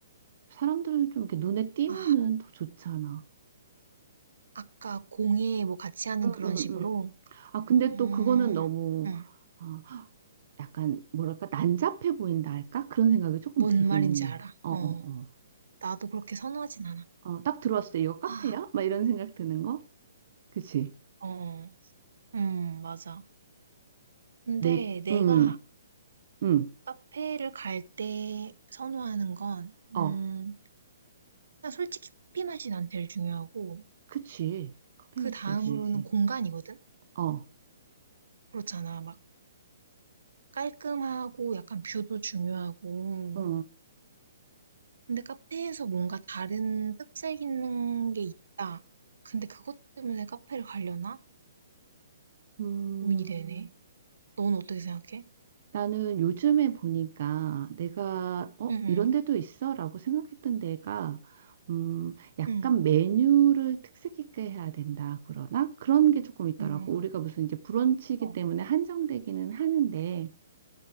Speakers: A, on the right (about 40°); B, on the right (about 85°).
A: 사람들은 좀 이렇게 눈에 띄면은
B: 아,
A: 더 좋잖아.
B: 아까 공예 뭐 같이 하는
A: 응,
B: 그런
A: 응,
B: 식으로.
A: 응. 아, 근데
B: 음,
A: 또 그거는 너무,
B: 응,
A: 어, 약간, 뭐랄까, 난잡해 보인다 할까? 그런 생각이 조금
B: 뭔
A: 들기는
B: 말인지
A: 해.
B: 알아.
A: 어,
B: 어,
A: 어, 어.
B: 나도 그렇게 선호하진 않아.
A: 어, 딱 들어왔을 때 이거 카페야?
B: 아,
A: 막 이런 생각 드는 거? 그치?
B: 어, 어. 음, 맞아. 근데
A: 내,
B: 내가
A: 응, 응,
B: 카페를 갈 때 선호하는 건,
A: 어,
B: 음, 그냥 솔직히 커피 맛이 난 제일 중요하고,
A: 그치. 커피
B: 그
A: 마시자
B: 다음으로는
A: 중요하지.
B: 공간이거든?
A: 어,
B: 그렇잖아. 막 깔끔하고 약간 뷰도 중요하고.
A: 어,
B: 근데 카페에서 뭔가 다른 특색 있는 게 있다. 근데 그것 때문에 카페를 가려나?
A: 음,
B: 고민이 되네. 넌 어떻게 생각해?
A: 나는 요즘에 보니까 내가, 어,
B: 응, 응,
A: 이런 데도 있어? 라고 생각했던 데가, 음, 약간
B: 응,
A: 메뉴를 특색 있게 해야 된다. 그러나? 그런 게 조금 있더라고.
B: 응, 응,
A: 우리가 무슨 이제 브런치이기
B: 어,
A: 때문에 한정되기는 하는데,